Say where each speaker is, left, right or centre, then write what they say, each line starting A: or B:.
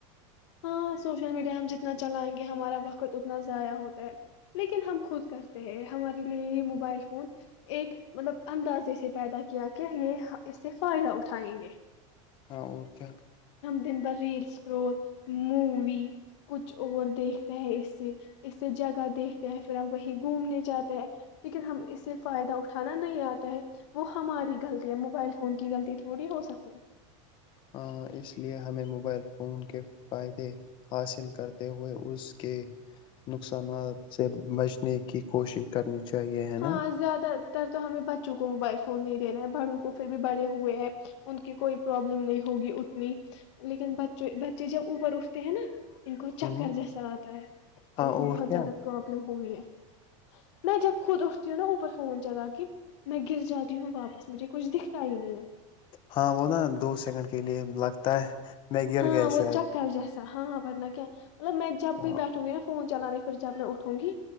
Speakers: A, on the left; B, on the left.
A: ہاں سوشل میڈیا ہم جتنا چلائیں گے ہمارا بقت قت اتنا ضائع ہوتا ہے لیکن ہم خود کرتے ہیں ہمارے لیے یہ موبائل فون ایک مطلب اندازے سے پیدا کیا کہ یہ اس سے فائدہ اٹھائیں گے
B: ہاں اور کیا
A: د ان پر ریلس گروتھ مووی کچھ اور دیکھتے ہیں اس سے اس سے جگہ دیکھتے ہیں پھر ہم وہیں گھومنے جاتے ہیں لیکن ہم اس سے فائدہ اٹھانا نہیں آتا ہے وہ ہماری غلطی ہے موبائل فون کی غلطی تھوڑی ہو سکتی ہے
B: ہاں اس لیئے ہمیں موبائل فون فون کے فائد حاصل کرتے ہوئے اس کے نقصانات سے بچ کی کوشش کرنی چاہیے ہے
A: ہاں
B: نا
A: زیادہ تر تو ہمیں بچوں کو موبائل فون نہیں دینا ہے بڑوں کو پھر بھی بڑے ہوئے ہیں ان کی کوئی پرابلم نہیں ہوگی اتنی لیکن بچ بچے جب اوپر اٹھتے ہیں نا انن کوو چکر
B: ہوں
A: جیسا آتا ہے
B: ہاں
A: ان کو
B: اور
A: بہت
B: کیا
A: زیادہ پرابلم ہوئی ہے میں جب خود استی نا اوپس فون جا کہ میں گر جاتی ہوں واپس مجھے کچھ دکھتا ہی نہیں ہے
B: ہاں وہ نا دو سیکنڈ کے لیے لگتا ہے میں گر
A: ہاں
B: گیا
A: وہ
B: شاید
A: چکر جیسے ہاں ہاں ب ل کیا مطلب میں جب
B: ہاں
A: بھی بیٹھوں گی نا فون چلانے پھر جب میں اٹھوں گی